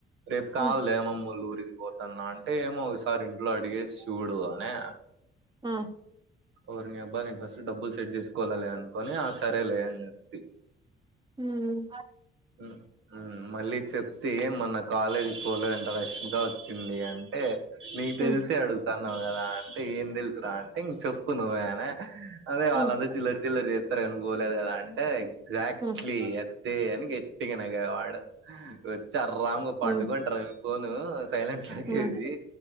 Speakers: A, on the right; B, on the right.
A: రేపు కావాల
B: హ్మ్
A: అమ్మమ్మ వాళ్లూరు అడిగిపోతున్నా అంటే ఏమో ఒకసారి ఇంట్లో అడిగేసి చూడు అనే
B: ఆ
A: ఓరిని అబ్బా నేను ఫస్ట్ డబ్బులు సెట్ చేసుకోవాల్లలే అనుకొని ఆ సరేలే అని చెప్తి
B: హ్మ్ అత్
A: హ్మ్ హ్మ్ మళ్ళీ చెప్తే ఏం మొన్న కాలేజీకి పోలే అ రష్మిక వచ్చింది అంటే నీకు
B: హ్మ్
A: తెలిసి అడుగుతాన్నావు కదా అన్ అంటే ఏం తెలుసురా అంటే ఇంక చెప్పు ఊరుకో ఉండువయ్య అదే
B: హ్మ్
A: వాళ్ళంత చిల్లర చిల్లర చేత్తారు అని పోలేదు కదా అంటే ఎక్సాట్లీ
B: హ్మ్ హ్మ్
A: ఎక్సట్లీ అని గట్టిగా నగ్య వాడు చర్రామ్గా
B: హ్మ్
A: పండుగోయింటారు అంటారును ఫోను సైలెంట్ లేకేసి
B: హ్మ్